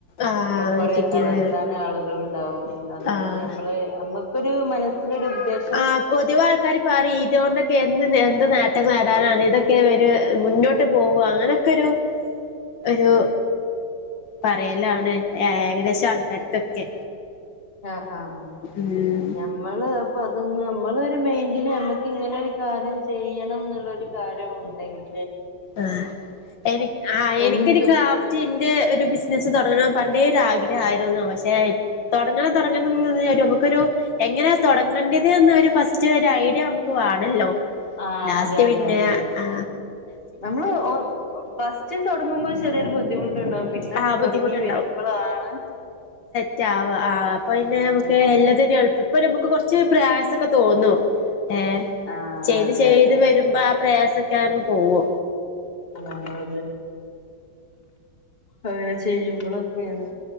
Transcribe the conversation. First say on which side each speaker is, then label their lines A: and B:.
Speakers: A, on the left; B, on the left.
A: ആഹ്
B: കൊറെ
A: കിട്ടിയത്
B: തളർത്താൻ ആളുകൾ ഉണ്ടാവും അതൊന്നും
A: ആഹ്
B: നമ്മള് നമ്മ ഒരു മനസ്സിലൊരു ഉദ്ദേ
A: ആ പൊതുവേ ആൾക്കാര് പറയും ഇതുകൊണ്ടൊക്കെ എന്ത് നേ എന്ത് നേട്ടം നേടാനാണ് ഇതൊക്കെ ഒരു മുന്നോട്ട് പോവ അങ്ങനൊക്കെ ഒരു ഒരു പറയലാണ് ഏകദേശം ആൾക്കാർക്കൊക്കെ
B: ആ ആഹ് ആഹ്
A: ഉം
B: ഞമ്മള് അപ്പ അതൊന്ന് നമ്മൾ ഒരു മൈന്റിന് നമ്മുക്ക് ഇങ്ങനെ ഒരു കാര്യം ചെയ്യണം എന്നുള്ളരു കാര്യം ഉണ്ടെങ്കിൽ
A: ആ എനി ആ എനിക്കൊരു
B: എന്തു
A: ക്രാഫ്റ്റിന്റെ ഒരു ബിസിനസ് തുടങ്ങണം പൻ ണ്ടേ ഒരു ആഗ്രഹ ആയിരുന്നു പക്ഷെ തുടങ്ങ തുടങ്ങ <unintelligible> നമുക്കൊരു എങ്ങനെയ തുടങ്ങേണ്ടത് എന്നൊരു ഫസ് സ്റ്റ് ഒരു ഐഡിയ നമുക്ക് വേണല്ലോ
B: ആഹ്
A: ലാസ്റ്റ്
B: അതെ അതെ
A: പിന്നെ
B: അതെ അതെ
A: ആ
B: നമ്മള് ഒ ഫസ്റ്റ് തൊട ക്കുമ്പേ ചെറിയൊരു ബുദ്ധിമു ട്ടുണ്ടാകും പിന്ന
A: ആഹ്
B: അത് തുടങ്ങി
A: ബുദ്ധിമുട്ടുണ്ടാവും
B: വരുമ്പോളാണ്
A: റ്റാവ ആ അപ്പ പിന്നെ നമുക്ക്
B: ഉം
A: എല്ലാത്തിനും എളുപ്പ ഇപ്പൊ നമുക്ക് കുറച്ച് പ്രയാസ് ക്കെ തോന്നും ഏ
B: ആഹ്
A: ചെയ്ത്
B: അതെ
A: ചെയ്ത്
B: അതെ
A: വരുമ്പോ
B: അതെ
A: ആ പ്രയാസ ക്കാൻ പോവോ
B: ആ ഒരു അവരെ ചെയ്യുമ്പോളോക്കെയാണ്